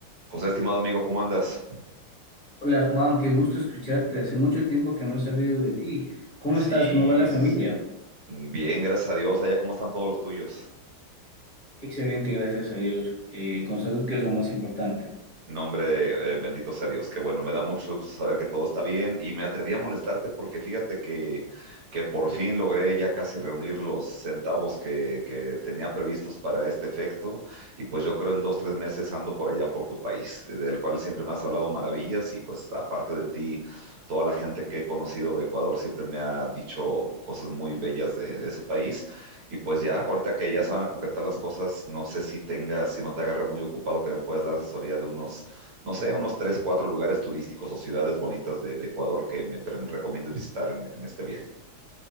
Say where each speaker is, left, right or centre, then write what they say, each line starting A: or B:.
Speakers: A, on the right; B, on the left.
A: José, estimado amigo, ¿cómo andas?
B: Hola Juan, qué gusto escucharte. Hace mucho tiempo que no he sabido de ti. ¿Cómo
A: Sí,
B: estás? ¿Cómo va la familia?
A: sí, sí. Mm, Bien, gracias a Dios. Allá, ¿cómo están todos los tuyos?
B: Excelente, gracias a Dios. Eh, con salud, que es lo más importante.
A: No, hombre, eh, bendito sea Dios. Qué bueno, me da mucho gusto saber que todo está bien. Y me atreví a molestarte porque fíjate que, que por fin logré ya casi reunir los centavos que, que tenía previstos para este efecto. Y pues yo creo en dos, tres meses ando por allá por tu país, eh, del cual siempre me has hablado maravillas. Y pues aparte de ti, toda la gente que he conocido de Ecuador siempre me ha dicho cosas muy bellas de de ese país. Y pues ya, ahorita que ya se van a concretar las cosas, no sé si tenga, si no te agarre muy ocupado, que me puedas dar asesoría de unos, no sé, unos tres, cuatro lugares turísticos o ciudades bonitas de, de Ecuador que me, pre- me recomiendes visitar en, en este viaje.